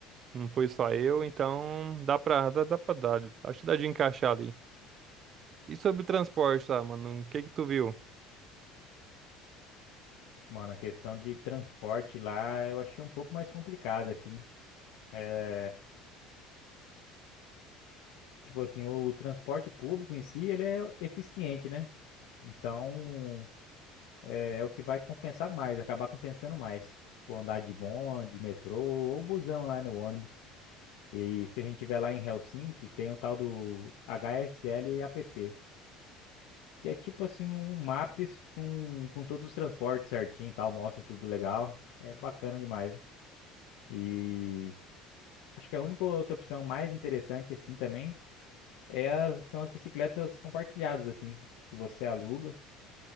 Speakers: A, on the right; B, on the left.
A: Não foi só eu, então dá pra, dá, dá pra dar. Acho que dá de encaixar ali. E sobre o transporte, tá, mano? O que que tu viu?
B: Mano, a questão de transporte lá eu achei um pouco mais complicada, assim. É, tipo assim, o, transporte público em si, ele é eficiente, né? Então, é é o que vai compensar mais, acabar compensando mais. Tipo, andar de bonde, metrô ou busão lá no ônibus. E se a gente tiver lá em Helsinki, tem o tal do HSL e app, que é tipo assim um maps com, com todos os transportes certinho e tal, mostra tudo legal. É bacana demais. E Acho que a única outra opção mais interessante, assim, também, é as, são as bicicletas compartilhadas, assim, que você aluga